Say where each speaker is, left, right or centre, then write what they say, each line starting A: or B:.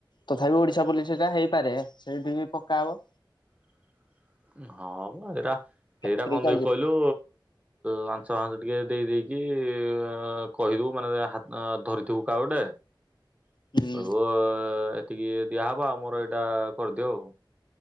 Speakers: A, on the left; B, on the right.
A: ତଥାପି ଓଡିଶା ପୋଲିସଟା ହେଇପାରେ ସେଇଠି ବି ପକ୍କା ହବ।
B: <inaudible> ହଁ ଏଇଟା ଏଇଟା
A: ଚାଲିଛି
B: କଣ ଦେଖୀ କହିଲୁ ଲାଞ୍ଚ ଫାଞ୍ଚ ଟିକେ ଦେଇ ଦେଇେଇକି କି କହିଦବୁ ମାନେ ହାତ ଧରିଥିବୁ କାହାର ଗୋଟେ।
A: ହୁଁ
B: କହିବ ଏତିକି ଦିଆହବା ମୋର ଏଇଟା କରିଦିଅ ଆଉ